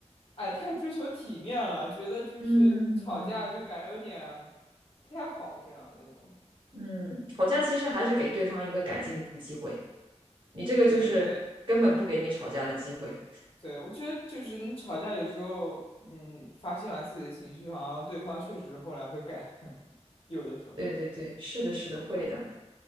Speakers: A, on the left; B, on the right.
A: 哎太追求体面了，觉得就是吵架就感觉有点
B: <laughs> 嗯。
A: 不太好这样那种。
B: 嗯，吵架其实还是给对方一个改进的机会，你这个就是根本不给你吵架的机会。
A: 对对对，我觉得就是你吵架有时候，嗯，发泄完自己的情绪，好像对方确实后来会改，<laughs> 有的时候。
B: 对对对，是的，是的，会的。